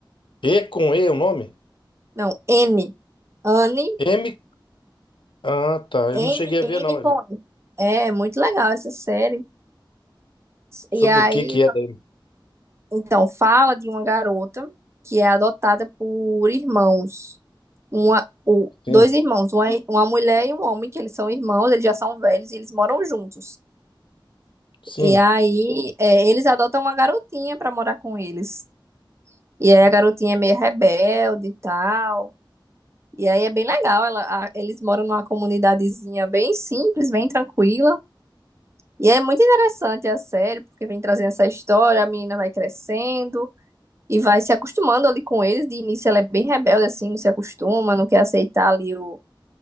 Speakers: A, on the left (about 80°); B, on the right (about 35°).
A: E com E o nome?
B: Não, N. Anne,
A: M. Ah, tá. Eu
B: N,
A: não cheguei a
B: N
A: ver, não.
B: com E. É muito legal essa série. E
A: Sobre
B: aí
A: o que que é da M.
B: Então, fala de uma garota que é adotada por irmãos. Uma, o,
A: Sim,
B: dois irmãos, uma, uma mulher e um homem, que eles são irmãos, eles já são velhos e eles moram juntos.
A: sim,
B: E aí, é, eles adotam uma garotinha pra morar com eles. E aí a garotinha é meio rebelde e tal. E aí é bem legal, ela, a- eles moram numa comunidadezinha bem simples, bem tranquila. E é muito interessante a série, porque vem trazendo essa história, a menina vai crescendo, E vai se acostumando ali com eles. De início ela é bem rebelde, assim, não se acostuma, não quer aceitar ali o,